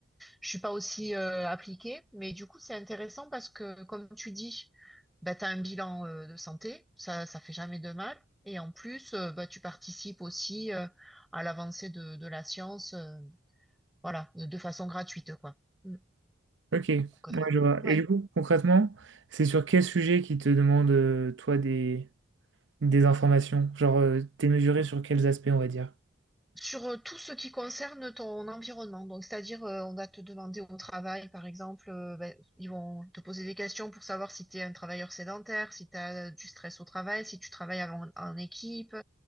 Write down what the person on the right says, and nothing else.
Ok, ouais,
je vois.
Et du coup, concrètement, c'est sur quel sujet qui te demande, euh, toi, des... Des informations, genre euh, démesurées sur quels aspects, on va dire.